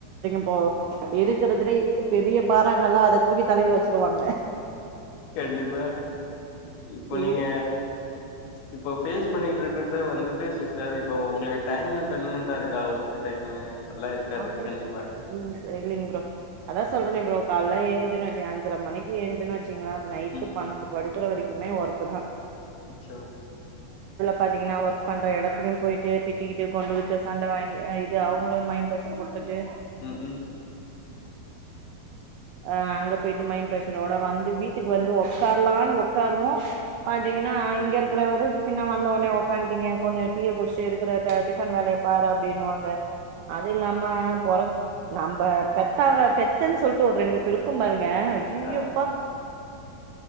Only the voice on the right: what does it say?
இப்போ இருக்கறதுலயே எது பெரிய பாரங்கல்லோ அத தூக்கி தலையில வச்சிருவாங்க
இருக்கு
அப்படி
ம் இல்லைங்க ப்ரோ அதா சொல்றானே ப்ரோ கால்லா ஏஞ்சனு வச்சுக்க அஞ்சர மணிக்கு ஏஞ்சனு வச் சிங்ளா நைட்டு
பன்னண்டு படு க்ற வரிக்குமே வர்க்கு தா
பாத்தீங்னா வர்க் பண்ற எடத்லயூ போயிட்டு திட்டிக்கிட் டு கொண்டு விட்டு சண்ட வாங்கி அ இ ப்டி அவங்களயூ மைண்ட் ப்ரஷர் குடுத்துட்டு
ஆ அங்கப் போயிட்டு மைண்ட் ப்ரஷரோட வந்து வீட்டுக்கு வந்து ஒக்காரலான்னு ஒக்காருவோ பாத்தீங்னா இங்கருக்கிறவரு என்ன வந்தவோன்னே ஒக்காந்டீங்க கொஞ்சோ டீய குடிச்ட்டு எடுக்கிற ட டிஃபன் வேலைய பாரு அப்டின்னுவாங்க அதில்லாம பொறவ் நம்ம பெத்தாங்க பெத்தேன்னு சொல்ட்டு ஒரு ரெண்டு பிருக்கும் பாருங் க அய்யயோப்பா